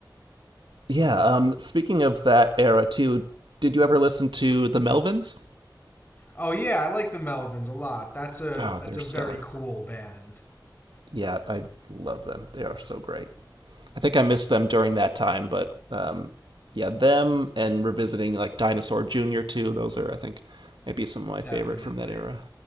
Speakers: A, on the right; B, on the left.
A: Yeah. Um, speaking of that era too, did you ever listen to the Melvins?
B: Oh yeah, I like the Melvins a lot. That's a
A: Oh,
B: that's
A: they're
B: a
A: stellar.
B: very cool band.
A: Yeah, I love them. They are so great. I think I missed them during that time, but um, yeah, them and revisiting like Dinosaur Jr. too. Those are, I think, maybe some of my
B: Definitely.
A: favorite from that era.